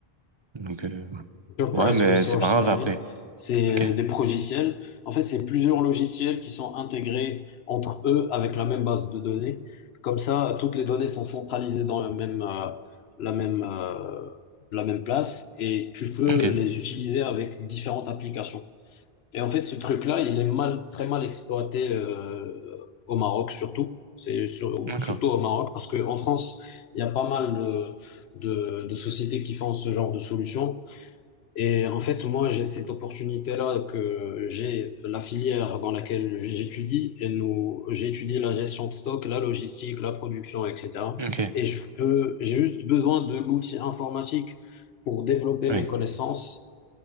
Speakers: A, on the right; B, on the left.
A: Donc euh,
B: Enterprise
A: ouais, mais
B: Resource
A: c'est pas
B: Planning,
A: grave après.
B: c'est
A: Ok.
B: euh, des progiciels. En fait, c'est plusieurs logiciels qui sont intégrés entre eux avec la même base de données. Comme ça, toutes les données sont centralisées dans la même, euh, la même, euh, la même place et tu peux
A: Ok.
B: les utiliser avec différentes applications. Et en fait, ce truc-là, il est mal, très mal exploité euh, au Maroc surtout. C'est sur-
A: D'accord.
B: surtout au Maroc parce qu'en France, il y a pas mal de, de, de sociétés qui font ce genre de solutions et en fait, moi, j'ai cette opportunité-là que j'ai la filière dans laquelle j'étudie et nous, j'étudie la gestion de stock, la logistique, la production, etc.
A: Ok.
B: Et je peux, j'ai juste besoin de l'outil informatique pour développer
A: Oui.
B: mes connaissances,